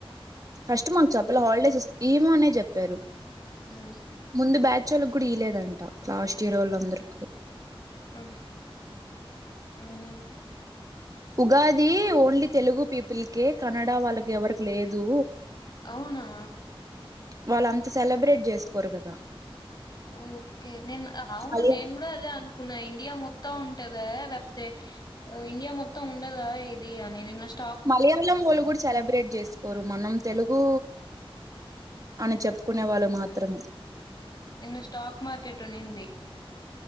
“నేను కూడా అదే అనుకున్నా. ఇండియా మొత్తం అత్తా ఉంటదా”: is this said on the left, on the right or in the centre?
Left